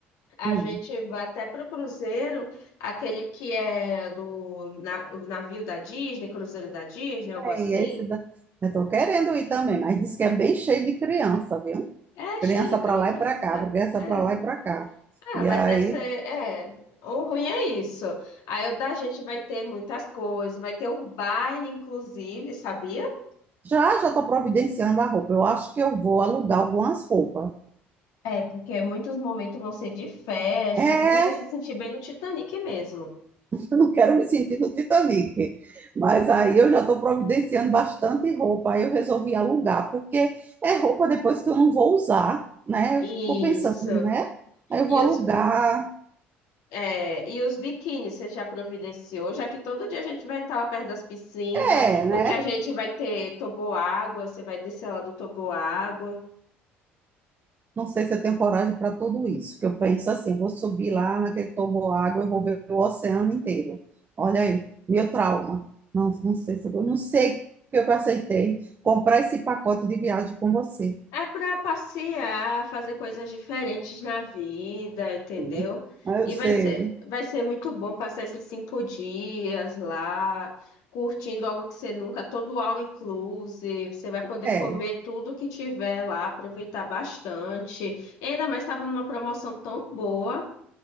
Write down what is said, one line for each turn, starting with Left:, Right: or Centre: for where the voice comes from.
Left: a
Right: Hum.
Left: gente vai até para o cruzeiro, aquele que é do na- o navio da Disney, cruzeiro da Disney, algo
Right: É,
Left: assim.
Right: e esse da... Eu tô querendo ir também, mas diz que é bem cheio de criança, viu?
Left: É cheio
Right: Criança
Left: de criança.
Right: para lá e para cá, criança
Left: É.
Right: para lá e para cá.
Left: Ah,
Right: E
Left: mas
Right: aí,
Left: deve ser. É. O ruim é isso. Aí o da gente vai ter muitas coisas. Vai ter um baile, inclusive, sabia?
Right: já já estou providenciando a roupa. Eu acho que eu vou alugar algumas roupas.
Left: É, porque muitos momentos vão ser de festa,
Right: É,
Left: assim, pra você se sentir bem no Titanic mesmo.
Right: não quero me sentir no Titanic. Mas aí eu já estou providenciando bastante roupa. Aí eu resolvi alugar, porque é roupa depois que eu não vou usar, né?
Left: Isso.
Right: Eu estou pensando, né? Aí eu
Left: E
Right: vou alugar.
Left: os, é, e os biquínis, você já providenciou, já que todo dia a gente vai estar lá perto das piscinas.
Right: É, né?
Left: O que a gente vai ter toboágua, você vai descer lá do toboágua.
Right: Não sei se eu tenho coragem para tudo isso, que eu penso assim, vou subir lá naquele água eu vou ver o oceano inteiro. Olha aí, meu trauma. Não, não sei se eu vou, não sei porque eu aceitei comprar esse pacote de viagem com você.
Left: É para passear, fazer coisas diferentes na vida, entendeu?
Right: né? Mas
Left: E
Right: Eu sei.
Left: vai ser, vai ser muito bom passar esses cinco dias lá, curtindo algo que você nunca, todo all inclusive. Você vai poder
Right: É.
Left: comer tudo que tiver lá, aproveitar bastante. E ainda mais estava numa promoção tão boa.